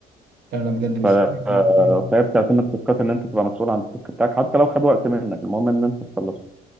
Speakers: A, on the right (about 65°); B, in the centre.
A: لا لا بجد بس
B: ف... آه،
A: <laughs>
B: فهي بتعتمد تاسكات ان انت تبقى مسؤول عن التاسك بتاعك حتى لو خد وقت منك المهم ان انت تخلصه